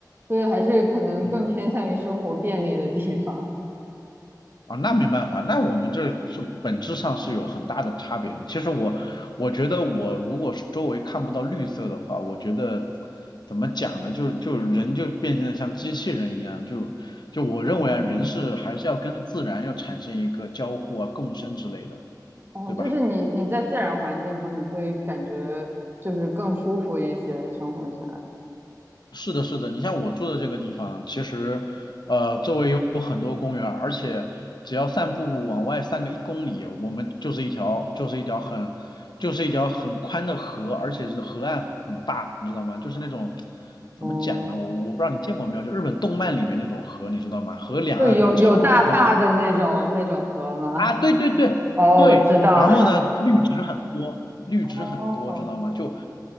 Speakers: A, on the right; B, on the left.
A: 所以还是可能更偏向于生活便利的地方。
B: 嗯。啊，那没办法，那我们这是本质上是有很大的差别的。其实我我觉得我如果是周围看不到绿色的话，我觉得怎么讲呢？就就人就变成了像机器人一样，就就我认为啊，
A: 哦
B: 人是还是要跟自然要产生一个交互啊、共生之类的，
A: 哦，
B: 对吧？
A: 就是你你在自然环境中，你会感觉就是更舒服一些，生活起来。
B: 是的，是的，你像我住的这个地方，其实呃周围有很多公园儿而且只要散步往外散个一公里，我们就是一条就是一条很就是一条很宽的河，而且是河岸很大，你知道吗？就是那种怎么讲呢？
A: 哦，
B: 我我不知道你见过没有，就日本动漫里面那种河，你知道吗？河两岸很长，
A: 就有有大坝的那种那种河吗？
B: 然后呢啊，对对对对，
A: 哦，我知道了。
B: 然后呢，绿植很多，绿植很多，
A: <laughs> 哦，
B: 知道吗？就